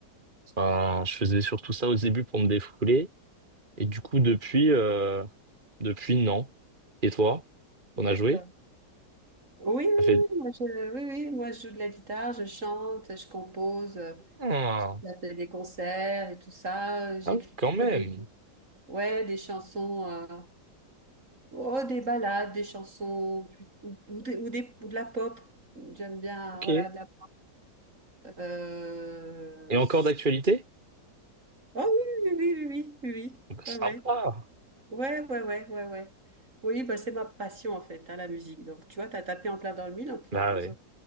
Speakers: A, on the right; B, on the right.
A: enfin, je faisais surtout ça au début pour me défouler. Et du coup, depuis, euh, depuis, non. Et toi,
B: d'accord.
A: on a joué?
B: Oui, oui,
A: Ça fait
B: moi je, oui, oui, moi je joue de la guitare, je chante, je compose, euh,
A: ah,
B: j'ai déjà fait des concerts et tout ça. euh, J'écris
A: ah,
B: plutôt
A: quand même.
B: des, ouais, des chansons, euh, oh, des ballades, des chansons plus- ou, ou des, ou, des- ou de la pop. J'aime bien,
A: Ok.
B: voilà,
A: Et
B: de la, euh,
A: encore
B: s-
A: d'actualité?
B: oh oui, oui, oui, oui,
A: Bah, sympa.
B: oui, oui, oui, ouais, ouais, ouais, ouais, ouais, ouais. ouais. Oui, bah, c'est ma passion en fait, hein, la musique. Donc tu vois, t'as tapé en plein dans le mille en proposant.
A: Bah ouais.